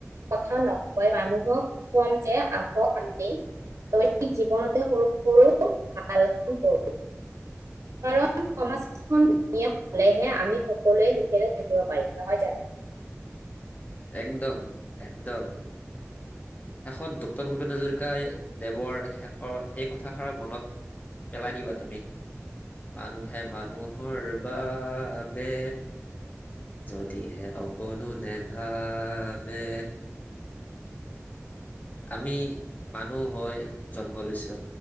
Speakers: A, on the right; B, on the left.
A: কথা নকয় মানুহক কম যে আহক আমি দৈনিক জীৱনতে সৰু সৰু ভাল কাম কৰো কাৰণ? সমাজখন নিয় হ'লেহে আমি সকলোৱে সুখেৰে থাকিব পাৰিম নহয় জানো।
B: একদম একদম শেষত ডক্টৰ ভূপেন হাজৰিকাই দেৱৰ শেষৰ সেই কথাষাৰ মনত পেলাই দিবা তুমি মানুহে মানুহৰ বাবে যদিহে অকণো নেভাবে। আমি মানুহ হৈ জন্ম লৈছো